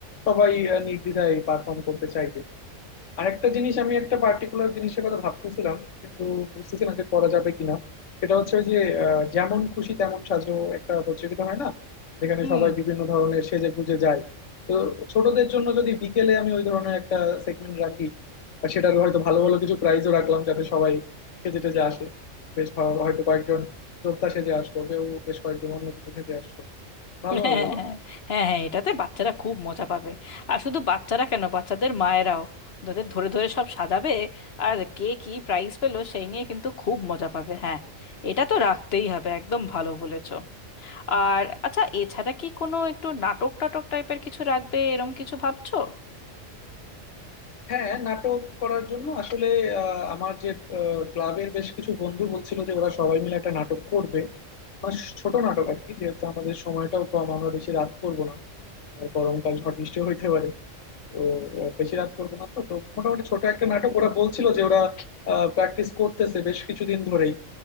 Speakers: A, on the left; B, on the left.
A: সবাই আহ, নির্দ্বিধায় পারফর্ম করতে চাইবে আরেকটা জিনিস আমি একটা পার্টিকুলার জিনিসের কথা ভাবতেছিলাম কিন্তু বুঝতেছি না যে করা যাবে কিনা সেটা হচ্ছে ওই যে আহ, যেমন খুশি তেমন সাজো একটা প্রতিযোগিতা হয় না যেখানে
B: হুম
A: সবাই বিভিন্ন ধরনের সেজে গুজে যায় তো ছোটদের জন্য যদি বিকেলে আমি ওই ধরনের একটা সেগমেন্ট রাখি আর সেটা হয়তো ভালো ভালো কিছু প্রাইজও রাখলাম যাতে সবাই সেজে টেজে আসে বেশ ভালো হয়তো কয়েকজন যোদ্ধা সেজে আসলো কেউ বেশ কয়েকজন অন্য কিছু সেজে আসলো ভালো
B: হ্যাঁ
A: হবে বলো
B: হ্যাঁ হ্যাঁ এটাতে বাচ্চারা খুব মজা পাবে আর শুধু বাচ্চারা কেন বাচ্চাদের মায়েরাও তাদের ধরে ধরে সব সাজাবে আর কে কি প্রাইজ পেলো সেই নিয়ে কিন্তু খুব মজা পাবে হ্যাঁ এটা তো রাখতেই হবে একদম ভালো বলেছো আর আচ্ছা এছাড়া কি কোনো একটু নাটক টাটক টাইপের কিছু রাখবে এরম কিছু ভাবছো
A: হ্যাঁ নাটক করার জন্য আসলে আহ, আমার যে আহ, ক্লাবের বেশ কিছু বন্ধু বলছিল যে ওরা সবাই মিলে একটা নাটক করবে মানে ছোট নাটক আর কি যেহেতু আমাদের সময়টাও কম আমরা বেশি রাত করবো না আর গরমকাল ঝড় বৃষ্টিও হইতে পারে তো আহ, বেশি রাত করবো না তো তো মোটামুটি ছোট একটা নাটক ওরা বলছিল যে ওরা প্র্যাকটিস করতেছে বেশ কিছুদিন ধরেই